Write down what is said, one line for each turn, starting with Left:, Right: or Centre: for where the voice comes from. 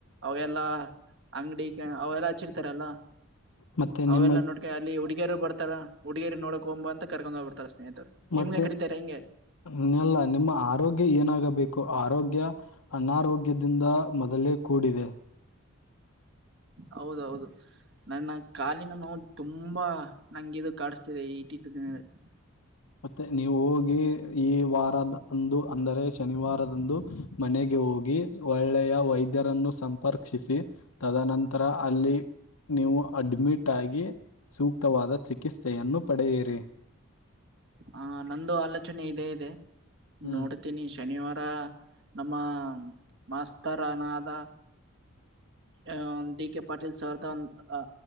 Right: ಅವೆಲ್ಲಾ ಅಂಗಡಿಕೆ ಅವೆಲ್ಲಾ ಹಚ್ಚಿರ್ತಾರಲ್ಲ
Left: ಮತ್ತೆ
Right: ಅವೆಲ್ಲ
Left: ನಿಮ್ಮ
Right: ನೋಡ್ಕ ಅಲ್ಲಿ ಹುಡಿಗ್ಯಾರು ಬರ್ತಾರ ಹುಡುಗ್ಯಾರಿಗೆ ನೋಡಕೊಗುಮು ಬಾ ಅಂತ ಕರ್ಕೊಂಡ ಹೋಗ್ಬಿಡ್ತಾರಡ ಸ್ನೇಹಿತರು.
Left: ಮತ್ತೆ
Right: ನಿಮ್ಗೆ ಕಡಿತಾರೆ ಹಿಂಗೆ
Left: ಏನಿಲ್ಲ ನಿಮ್ಮ ಆರೋಗ್ಯ ಏನಾಗಬೇಕು ಆರೋಗ್ಯ ಅನಾರೋಗ್ಯದಿಂದ ಮೊದಲೇ ಕೂಡಿದೆ
Right: ಹೌದೌದು. ನನ್ನ ಕಾಲಿನ ನೋವು ತುಂಬಾ ನಂಗೆ ಇದು ಕಾಡಸ್ತಿದೆ ಇಟಿಟ ದಿನಗಳಲ್ಲಿ.
Left: ಮತ್ತೆ ನೀವು ಹೋಗಿ ಈ ವಾರದ ಅಂದು ಅಂದರೆ ಶನಿವಾರದಂದು ಮನೆಗೆ ಹೋಗಿ ಒಳ್ಳೆಯ ವೈದ್ ದ್ಯರನ್ನು ಸಂಪರ್ಕ್ಷಿಸಿ ತದನಂತರ ಅಲ್ಲಿ ನೀವು ಅಡ್ಮಿಟ್ ಆಗಿ ಸೂಕ್ತವಾದ ಚಿಕಿಸ್ತೇಯನ್ನು ಪಡೆಯಿರಿ.
Right: ಹ ನಂದು ಆಲೋಚನೆ ಇದೆ ಇದೆ
Left: ಹ್ಮ್
Right: ನೋಡ ತ್ತೀನಿ ಶನಿವಾರ ನಮ್ಮ ಮಾಸ್ತರನಾದ ಅ ಡಿಕೆಪಾಟೀಲ್ ಸರ್ದಂದ ಅ